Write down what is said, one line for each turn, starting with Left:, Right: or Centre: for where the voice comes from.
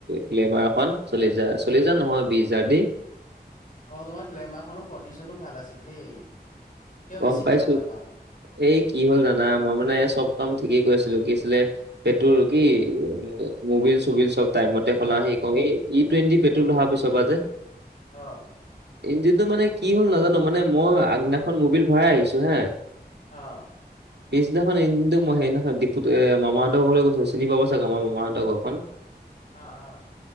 Right: গ্লেমাৰ এখন চল্লিছ হাজাৰ। চল্লিছ হাজাৰ নহয় বিছ হাজাৰ দি।
Left: অঁ! তোমাৰ গ্লেমাৰখনৰ কণ্ডিশ্যনো ভাল আছিল দেই। কিয়
Right: গম
Left: বেছি
Right: পাইছোঁ।
Left: পেলালা বাৰু
Right: এই কি হ'ল জানা মই মানে চব কাম ঠিকেই কৰি আছিলোঁ কি আছিলে পেট্ৰল কি উম মবিল-চবিল চব। টাইম মতে
Left: অ
Right: হলা সেই ক এই ই টুৱেণ্টি পেট্ৰল অহাৰ পিছ পা যে।
Left: অঁ!
Right: ইঞ্জিনটো মানে কি হ'ল নাজানো মানে মই আগদিনাখন মবিল ভৰাই আহিছোঁ হা।
Left: অঁ!
Right: <inaudible> পিছদিনাখন ইঞ্জিনটো মই সেইদিনাখন ডিফুত মামাহঁতৰ ঘৰলৈ গৈছোঁ, চিনি পাব চাগে আমাৰ মামাহঁতৰ ঘৰখন। <inaudible>
Left: অঁ-অঁ!